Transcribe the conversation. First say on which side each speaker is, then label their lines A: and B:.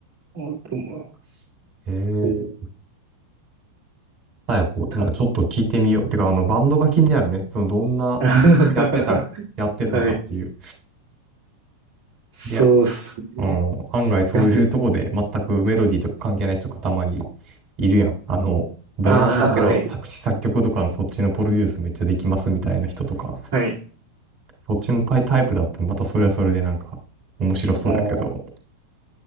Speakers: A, on the right; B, on the right.
A: 思うと思います。
B: へえ。
A: そう
B: 佐こいまあちょっと聞いてみよう。
A: た
B: てか、あの、バンドが気になるね。その、どんな曲やってた、
A: <laughs>
B: やってるのかっていう。
A: はい。そうっすね。
B: いや、うん、案外そういうとこで全くメロディーとか関係ない人がたまに
A: やっべ。
B: いるやん。あの、ドラムだけど作詞作曲とかのそっちのプロデュースめっちゃできますみたいな人とか。
A: ああ、はい。はい。
B: そっちのタイタイプだったらまたそれはそれでなんか面白そうだけど。
A: もう、